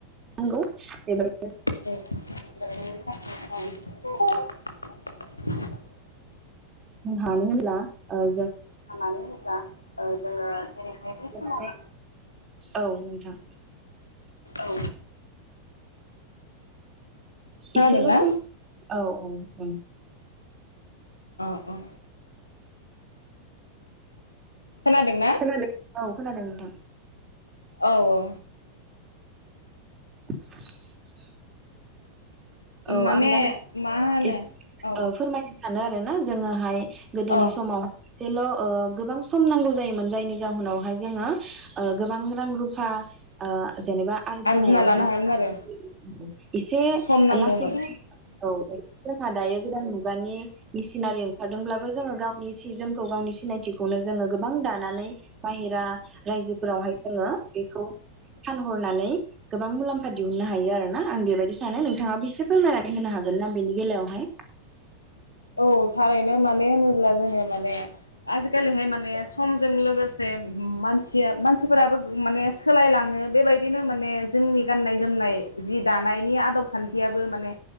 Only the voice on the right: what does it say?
गौ बेबाय
जोंहानिला ओं
हाबसोनानै
औ नोंथां
इसेल' सम औ औ औ।
खोनादों औ खोनादों नोंथां।
<inaudible>
औ आं दा <unintelligible>
एसे
फोरमायनो <unintelligible> सानो आरोना जोङोहाय गोदोनि
समाव सेल' ओ गोबां सम नांगौ जायोमोन जायनि जाहोनावहाय जोङो ओ गोबां रां रुफा ओ जेनेबा आरजिनायावहाय
<unintelligible> एसे
ला औ जोंहा दायो गोदान मुगानि मिसिनारि ओंखारदोंब्लाबो जोङो गावनि जोंखौ गावनि सिनायथिखौनो जोंङो गोबां दानानै बाहेरा रायजोफोरावहाय जोंङो बेखौ फानहरनानै गोबां मुलाम्फा दिहुननो हायो आरो ना आं बेबायदि सानो नोंथाङाबो इसेब फोरमायनानै होनो हागोन ना बेनि बेलायावहाय?